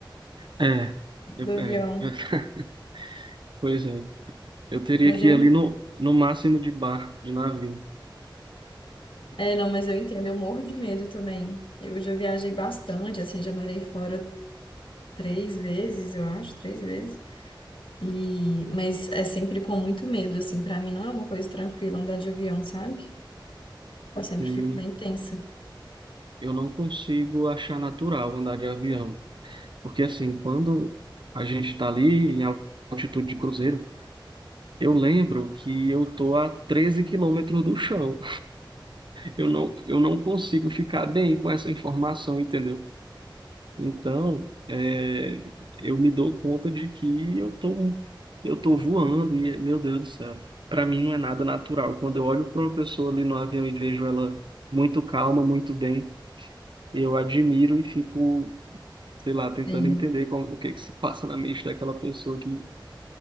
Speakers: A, on the right (about 65°); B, on the left (about 80°).
A: É,
B: do
A: eu,
B: avião.
A: é, <laughs> pois é. Eu teria
B: Mas
A: que
B: eu,
A: ir ali no, no máximo de barco, de navio.
B: É, não, mas eu entendo, eu morro de medo também. Eu já viajei bastante, assim, já morei fora três vezes, eu acho, três vezes. E, mas é sempre com muito medo, assim, pra mim não é uma coisa tranquila andar de avião, sabe? Eu sempre
A: Sim,
B: fico bem tensa.
A: eu não consigo achar natural andar de avião. Porque assim, quando a gente está ali em altitude de cruzeiro, eu lembro que eu tô a 13 quilômetros do chão. eu não, eu não consigo ficar bem com essa informação, entendeu? Então, é, eu me dou conta de que eu tô, eu tô voando e, meu Deus do céu, para mim não é nada natural. Quando eu olho para uma pessoa ali no avião e vejo ela muito calma, muito bem, eu admiro e fico, sei lá, tentando
B: Sim,
A: entender como, o que que se passa na mente daquela pessoa que,